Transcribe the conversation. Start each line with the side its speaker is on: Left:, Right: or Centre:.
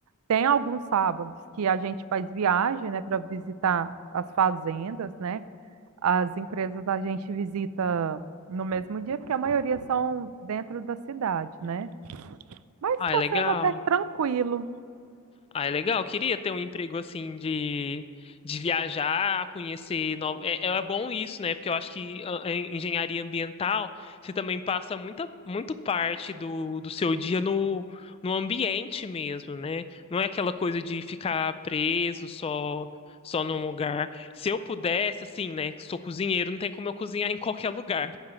Right: Tem alguns sábados que a gente faz viagem, né, para visitar as fazendas, né? As empresas a gente visita no mesmo dia, porque a maioria são dentro da cidade, né? Mas
Left: Ai,
Right: está
Left: legal.
Right: sendo até tranquilo.
Left: Ah, é legal. Eu queria ter um emprego assim de, de viajar, conhecer novo. É, é bom isso, né? Porque eu acho que a- a engenharia ambiental, você também passa muita muito parte do, do seu dia no, no ambiente mesmo, né? Não é aquela coisa de ficar preso só só num lugar. Se eu pudesse, assim, né? Sou cozinheiro, não tem como eu cozinhar em qualquer lugar